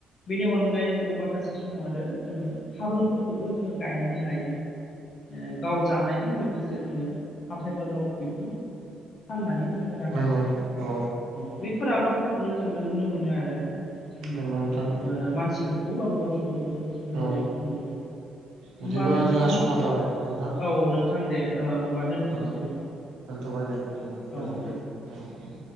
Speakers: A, on the left; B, on the right.
A: बेनि अनगायै जोङो माखासे समाव आरो जोङो थारुनफोरखौबो जोङो गायनानै लायो। ओ गाव जानायजों लोगोसे जोङो हाथाय बाजाराव बेखौ फाननानै जोङो रां
B: नंगौ
A: आरजियो।
B: औ
A: औ बेफोर आबादफोरखौनो जोङो नुनो मोनो आरो जोंनि
B: नंगौ नोंथां
A: ओ मानसिफोरखौ बा बर' सुबुंफोरखौ जों मावनायखौ
B: औ
A: नुनो मोनो होमबा
B: बिदिबा
A: नोंथां
B: जोंहा समा जाबाय नोंथां
A: औ नोंथां दे ओ होमबा दोनथ'नोसै
B: औ
A: नोंथां
B: दोनथ'बाय दे बिदिबा
A: औ
B: गोजोनबाय
A: दे
B: औ।